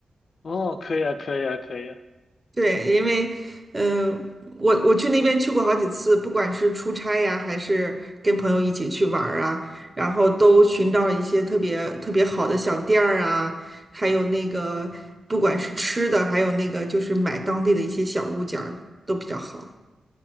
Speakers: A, on the left (about 60°); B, on the right (about 20°).
A: 哦，可以啊，可以啊，可以啊。
B: 对，因为嗯、呃我我去那边去过好几次，不管是出差呀，还是跟朋友一起去玩儿啊，然后都寻到了一些特别特别好的小店儿啊，还有那个不管是吃的，还有那个就是买当地的一些小物件儿都比较好。